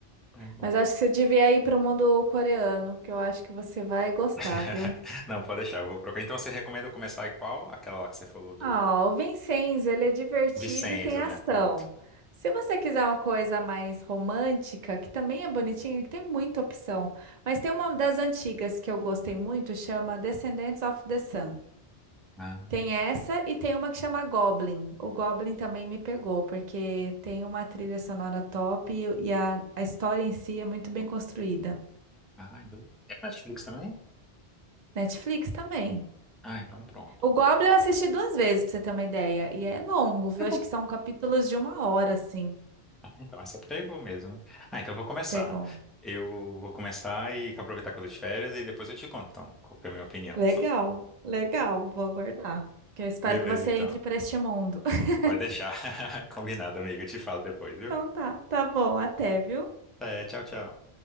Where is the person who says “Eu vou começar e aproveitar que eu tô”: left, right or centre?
Centre